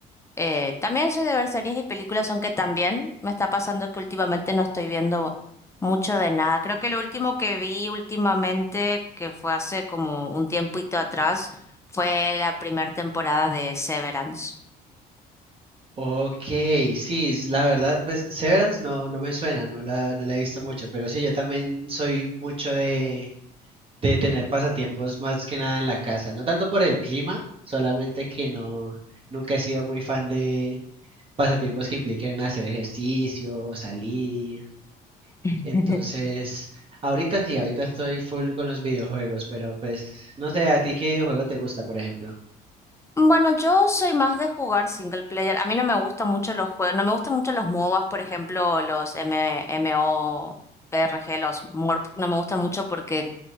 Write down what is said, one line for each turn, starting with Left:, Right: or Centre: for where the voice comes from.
Left: Eh, también soy de ver series y películas, aunque también me está pasando que últimamente no estoy viendo mucho de nada. Creo que lo último que vi últimamente, que fue hace como un tiempito atrás, fue la primera temporada de Severance.
Right: Ok, sí, es- la verdad, pues Severance no, no me suena, no la, no la he visto mucho, pero sí, yo también soy mucho de, de tener pasatiempos más que nada en la casa, no tanto por el clima, solamente que no, nunca he sido muy fan de pasatiempos que impliquen hacer ejercicio, salir,
Left: <laughs>
Right: entonces, ahorita sí, ahorita estoy full con los videojuegos, pero pues no sé, ¿a ti qué videojuego te gusta, por ejemplo?
Left: Bueno, yo soy más de jugar single player. A mí no me gustan mucho los juegos, no me gustan mucho los MOBAs, por ejemplo, los MMORPG, los MORP, no me gustan mucho porque